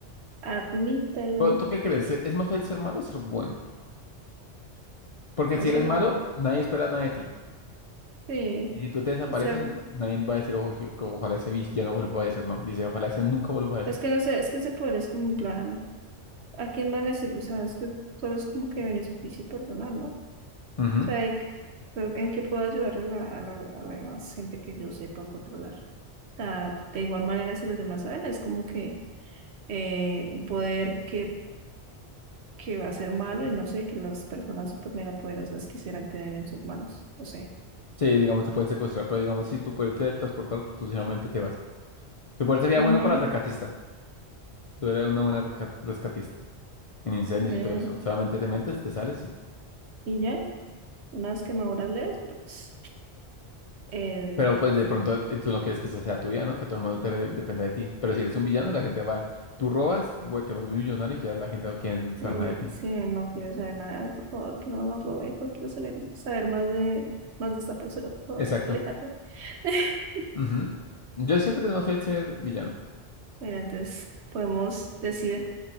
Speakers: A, on the right (about 70°); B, on the left (about 55°).
A: Admítelo.
B: Pero ¿tú qué crees? ¿E- ¿Es más fácil ser malo o ser bueno? Porque
A: no
B: si
A: ser
B: eres malo,
A: malo.
B: nadie espera nada de ti.
A: Sí,
B: Y si tú te desapareces,
A: o sea,
B: nadie va a decir, ojo, que ojalá ese bis ya no vuelva a aparecer, ¿no? Dice, ojalá ese nunca vuelva a aparecer.
A: es que no sé, es que ese poder es como un plan, ¿a quién más le sirve? O sea, es que solo es como que beneficio personal, ¿no? O
B: Ujú.
A: sea, de que- pero ¿en qué puedo ayudar a la, a la, a la gente que yo sepa controlar? O sea, de igual manera si los demás saben, es como que eh, un poder que, que va a ser malo y no sé, que las personas super mega poderosas quisieran tener en sus manos, no sé.
B: Sí, digamos, te pueden secuestrar, pero digamos, si tú puedes transportarte, tú simplemente te vas. Tu poder sería
A: Ujú,
B: bueno para el rescatista. Tú eres una buena resca- rescatista en incendios
A: eh,
B: y todo eso. Solamente te metes, te sales y...
A: y ya, unas quemaduras leves, pero pues, el
B: Pero pues de pronto eh, tú no quieres que esa sea tu vida, ¿no? Que todo el mundo te de- dependa de ti. Pero si eres un villano, la gente va, tú robas, vu- te vuelves millonario y ya la gente no quiere saber
A: Sí,
B: nada de ti.
A: sí, no quiero saber nada, por favor, que no nos robe, no quiero saber, saber más de, más de esta persona, por favor,
B: Exacto.
A: aléjate. <laughs>
B: Ujú. Yo siento que es más fácil ser villano.
A: Bueno, entonces podemos decir